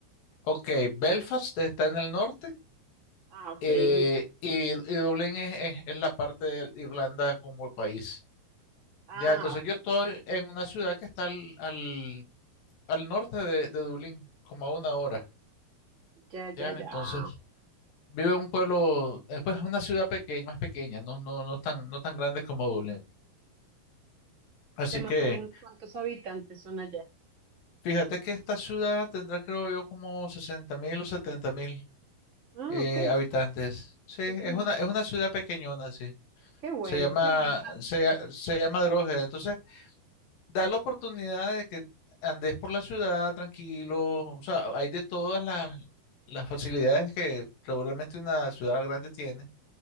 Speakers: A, on the left; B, on the right.
A: ok, Belfast está en el norte
B: Ah, ok.
A: eh,
B: Du-
A: y, y Dublín es, es- es la parte de Irlanda como país,
B: Ah,
A: ¿ya? Entonces yo estoy en una ciudad que está al, al, al norte de, de Dublín, como a una hora,
B: ya,
A: ¿ya?
B: ya, ya.
A: Entonces... Vive en un pueblo, eh, pues una ciudad pequeña, más pequeña, no, no, no tan, no tan grande como Dublín. Así
B: De más
A: que
B: o menos cuántos habitantes son allá.
A: fíjate que esta ciudad tendrá, creo yo, como sesenta mil o setenta mil
B: Ah,
A: eh,
B: ok.
A: habitantes.
B: sí,
A: Sí, es
B: pequeño.
A: una, es una ciudad pequeñona, sí.
B: Qué bueno,
A: Se llama,
B: qué rico.
A: se, lla- se llama Drogheda. Entonces, da la oportunidad de que andes por la ciudad tranquilo. O sea, hay de todas las, las facilidades que regularmente una ciudad grande tiene.